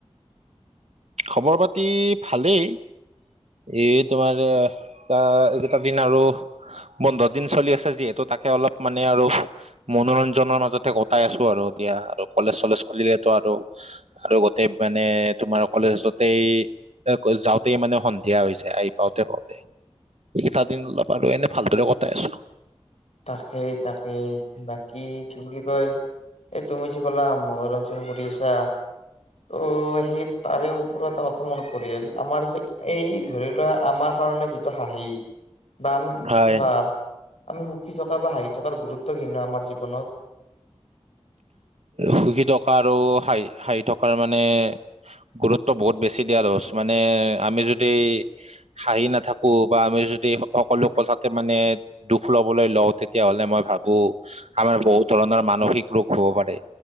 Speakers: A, on the right; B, on the left.
A: খবৰ পাতি ভালেই এই তোমাৰ এ কিবা এইকেইটা দিন আৰু বন্ধ দিন চলি আছে যিহেতু তাকে অলপ মানে আৰু মনোৰঞ্জনৰ মাজতে কটাই আছো আৰু এতিয়া আৰু কলেজ চলেজ খুলিলেতো আৰু আৰু গোটেই মানে তোমাৰ কলেজতেই যাওঁতেই মানে দিয়া হৈ যায় আহি পাওঁতে পাওঁতে এইকেইটা দিন অলপ আৰু এনে ভালদৰে কটাই আছো
B: তাকেই-তাকেই বাকী কি বুলি কয় এই তুমি যে ক'লা মনোৰঞ্জন কৰি আছা ত ত সেই তাৰে ওপৰত এটা অৰ্থ মনত পৰিল আমাৰ যে এই ধৰি লোৱা আমাৰ কাৰণে যি হাঁহি। বা আমি সুখী
A: হয়
B: থকা আমি সুখী থকা বা হাঁহি থকাৰ গুৰুত্ব কিনো আমাৰ জীৱনত
A: সুখী থকা আৰু হহ হাঁহি থকাৰ মানে গুৰুত্ব বহুত বেছি দিয়া দশ্ট, মানে আমি যদি হাঁহি না থাকো বা আমি যদি সকলো কথাতে মানে দুখ লবলৈ, লওঁ তেতিয়াহলে মই ভাবো আমাৰ বহুত ধৰণৰ মানসিক ৰোগ হব পাৰে,